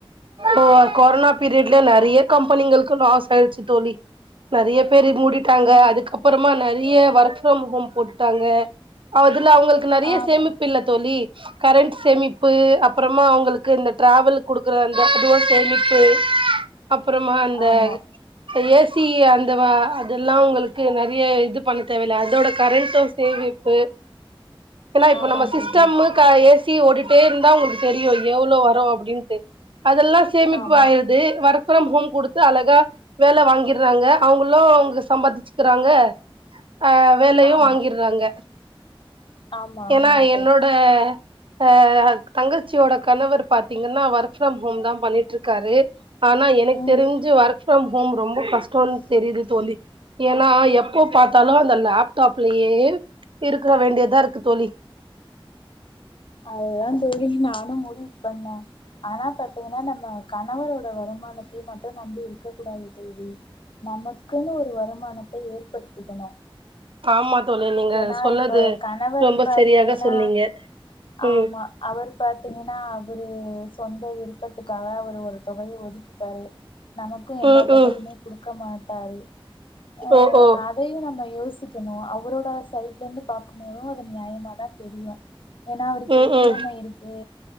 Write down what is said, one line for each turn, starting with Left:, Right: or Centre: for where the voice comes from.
Right: ஓ கொரோனா பீரியட்ல நெறைய கம்பெனிகளுக்கு லாஸ் ஆயிட்ச்சு தோழி நெறைய பேரு மூடிட்டாங்க அதுக் கப்புறமா நறைய ஒர்க் ஃப்ரம் ஹோம் போட்டுட்டாங்க மதுல அவங்களு நிறைய
Left: ஆமா
Right: சேமிப்பு இல்ல தோழி கரண்ட் சேமிப்பு அப்புறமா அவங்களுக்கு இந்த டிராவல் குடுக் குற அந்த அதுவே சேமிப்பு அப்புறமா அந்த
Left: ஆமா
Right: அ ஏ சி அந்தவ அதுல்லா உங்களுக்கு நறைய இது பண்ண தேவைல்ல அதோட கரண்டூ சேவிப்பு ஏனா இப்ப
Left: ஆமா
Right: நம்ம சிஸ்டம்மு
Left: தோழி
Right: க ஏ சி ஓடிட்டே இருந்தா உங்ளுக் தெரியு எவ்ளோ வரு அப்டின்டு அதுல்லா சேமிப்பு
Left: ஆமா
Right: ஆயிர்து ஒர்க் ஃப்ரம் ஹோம் குடுத்து அழகா வேல வாங்கிற்றாங்க அவுங்கிளோ அவுங்க சம்பாதிச்சுக்கிறாங்க ஆ வேலையு
Left: ஆமா
Right: வாங்கிற்றாங்க
Left: ஆமா
Right: எனா
Left: ஆமா
Right: என்னோட
Left: தோழி
Right: அ தங்கச்சியோட கணவர் பாத்தீங்கன்னா வர்க் ஃப்ரம் ஹோம் தா பண்ணிட்ருக்காரு ஆனா எனக்
Left: ம்
Right: தெரிஞ்சு ஒர்க் ஃப்ரம் ஹோம் ரொம்போ கஷ்டோன் தெரியுது தோழி ஏனா எப்போ பாத்தாலு அந்த லேப் டாப்லேயே இருக்க வேண்டியதா இருக்கு தோழி
Left: அதுதா தோழி நானு முடிவு பண்ண அதல பாத்தீங்கனா நம்ப கணவரோட வருமானத்தி மட்டு நம்பி இருக்க கூடாது தோழி நமக்கினு ஒரு வருமானத்த ஏற்படுத்திக்கிணு
Right: ஆமா தோழி நீங்க
Left: ஏனா
Right: சொன்னது
Left: இப்ப கணவரு
Right: ரொம்ப
Left: பாத்தீங்கனா
Right: சரியாக சொன்னீங்க ம்
Left: ஆமா அவரு பாத்தீங்கனா அவரு சொந்த விருப்பத்துக்காக அவரு ஒரு தொகைய ஒதுக்கிப்பாரு நமக்கு எல்லா
Right: ம்
Left: தொகையுமே
Right: ம்
Left: குடுக்க மாட்டாரு அ
Right: ஓஹோ
Left: அதையு நம்ம யோசிக்கணு அவரோட சைட்லெந்து பாக்குபோதும் அது நியாயமா தா தெரியு ஏனா அவருக்கு
Right: ம்
Left: இ
Right: ம்
Left: எம் ஐ இருக்கு